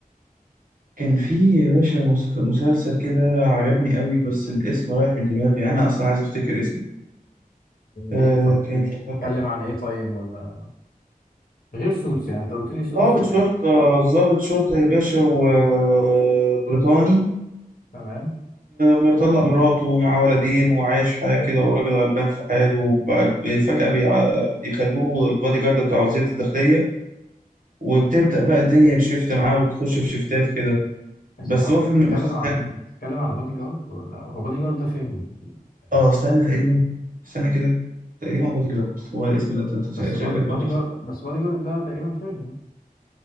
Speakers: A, on the right; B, on the left.
A: كان في يا باشا مس- مسلسل كده عجبني قوي بس الاسم رايح من دماغي انا اصلا عايز افتكر اسمه آه
B: ايه طب
A: كان
B: يعني
A: يا رب-
B: اتكلم عن ايه طيب ولا غير سوتس يعني انت قلت لي سوتس
A: ضابط
B: ماشي
A: شرطة ضابط شرطة يا باشا وبريطاني
B: تمام
A: مطلق مراته مع ولدين وعايش حياة كده وراجل غلبان في حاله وب- فجأة بيع- يخلوه البادي جارد بتاع وزيرة الداخلية وبتبدأ
B: اوكي
A: بقى الدنيا تشفت معاه وتخش في شفتات كده
B: بس
A: بس
B: هو انت
A: هو فيلم
B: بتتكلم
A: مسلسل
B: على بتتكلم على بادي جارد ولا هو بادي جارد ده فيلم تقريبا
A: اه استنى تقريبا استنى كده تقريبا بودي جارد هو الاسم ده انت أنت
B: بس
A: شكلك
B: باد- بادي
A: قلته
B: جارد
A: صح
B: بس بادي جارد ده تقريبا فيلم